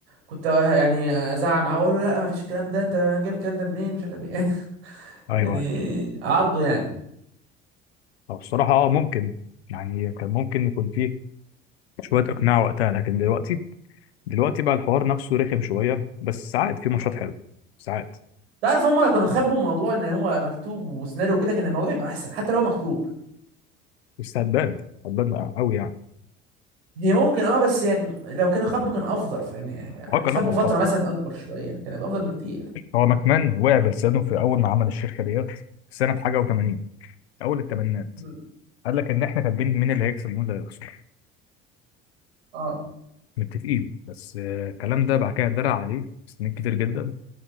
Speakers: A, on the right; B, on the left.
A: كنت آه، يعني ازعق معاه واقول له لا ما فيش الكلام ده انت جايب الكلام ده منين مش عارف ايه <laughs>
B: ايوه
A: يعني
B: ايوه
A: عرضه يعني
B: طب الصراحه اه ممكن يعني كان ممكن يكون فيه شوية إقناع وقتها لكن دلوقتي دلوقتي بقى الحوار نفسه رخم شوية بس ساعات في ماتشات حلوة ساعات
A: تعرف هم لو كانوا خبوا موضوع ان هو مكتوب وسيناريو كده كان الموضوع يبقى احسن حتى لو مكتوب
B: بس هتبان هتبان قوي يعني
A: هي ممكن اه بس يعني لو كان خبه كان افضل فاهمني يعني
B: اه كان
A: خبه
B: أفضل
A: فتره
B: طبعا
A: مثلا اكبر شويه يعني كان هيبقى افضل بكتير
B: هو ماكمان وقع بلسانه في أول ما عمل الشركة ديت سنة حاجة و80 أول الثمانينات
A: مم.
B: قال لك إن إحنا كاتبين مين اللي هيكسب ومين اللي هيخسر
A: اه
B: متفقين بس آه، الكلام ده بعد كده اتدرع عليه سنين كتير جدا